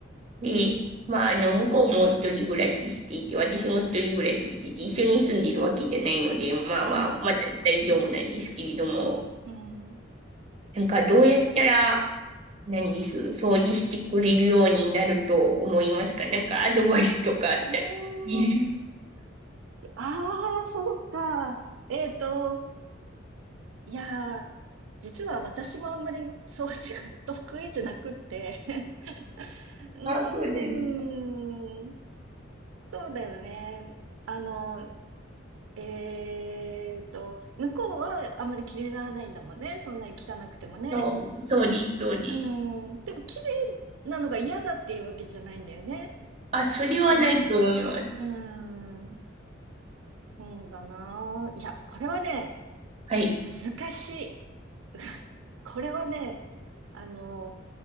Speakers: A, on the right (about 35°); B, on the right (about 75°).
A: で、まあ、あの、向こうも一人暮らししていて、私も一人暮らししていて、一緒に住んでるわけじゃないので、まあまあ、
B: うん。
A: まだ大丈夫なんですけれども、
B: うん
A: なんかどうやったら、何です、掃除してくれるようになると思いますかなんかアドバイスとかあったり。
B: ああ、
A: <laughs>
B: ああ、そうか。えっと、いやー、実は私もあんまり掃除が <laughs> 得意じゃなくって <laughs> うーん、
A: あ、そうです。
B: そうだよね。あの、えーと、向こうはあんまり気にならないんだもんね。そんなに汚くてもね。
A: そう、そうです、そうです。
B: うん、でも綺麗なのが嫌だっていうわけじゃないんだよね。
A: あ、それはないと思います。
B: だね。うーん、そうだな。いや、これはね、
A: はい。
B: 難しい。<laughs> これはね、あの、